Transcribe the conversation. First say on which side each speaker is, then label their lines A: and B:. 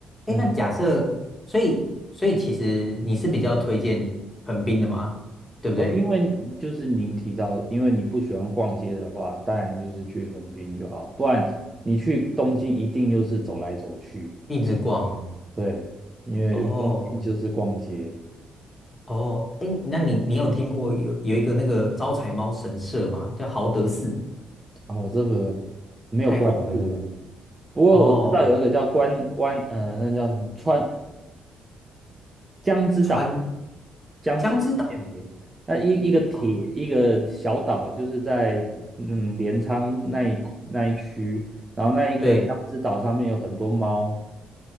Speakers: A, on the left; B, on the right.
A: 哎，
B: 嗯。
A: 那假设，所以所以其实你是比较推荐横滨的吗？对不对？
B: 哦，因为就是您提到，因为你不喜欢逛街的话，当然就是去横滨就好，不然你去东京一定又是走来走去。
A: 一直逛。
B: 对，因为东京就是逛街。
A: 哦哦，哎，那你你有听过有有一个那个招财猫神社吗？叫豪德寺，
B: 哦，我这个没有关注了，
A: 太红了是不是？
B: 不过我知道有一个叫关关，
A: 哦，
B: 呃，那叫什么川江之岛，
A: 川
B: 江之岛电铁，
A: 江之岛。
B: 那一一个铁一个小岛，
A: 哦，
B: 就是在嗯镰仓那一那一区，然后那一个江之岛上面有很多猫。
A: 对，